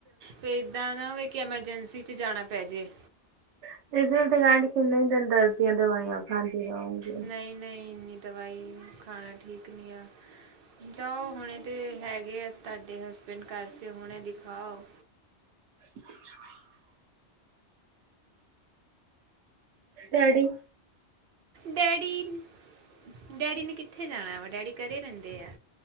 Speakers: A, on the right (about 60°); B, on the right (about 80°).
A: ਫੇਰ ਇਹਦਾ ਨਾ ਹੋਵੇ ਕਿ ਐਮਰਜੈਂਸੀ ਚ ਜਾਣਾ ਪੈ ਜੇ।
B: <inaudible> ਕਿੰਨੇ ਹੀ ਦਿਨ ਦਰਦ ਦੀਆਂ ਦਵਾਈਆਂ ਖਾਂਦੀ ਰਹੋਗੇ।
A: ਨਹੀਂ ਨਹੀਂ ਇੰਨੀ ਦਵਾਈ ਖਾਣਾ ਠੀਕ ਨਹੀਂ ਆ। ਜਾਓ ਹੁਣੇ ਤੇ ਹੈਗੇ ਆ ਤਾਡੇ ਹਸਬੈਂਡ ਘਰ ਚ ਹੁਣੇ ਦਿਖਾਓ।
B: <inaudible> ਡੈਡੀ
A: ਡੈਡੀ, ਡੈਡੀ ਨੇ ਕਿੱਥੇ ਜਾਣਾ ਵਾ ਡੈਡੀ ਘਰੇ ਰਹਿੰਦੇ ਐ।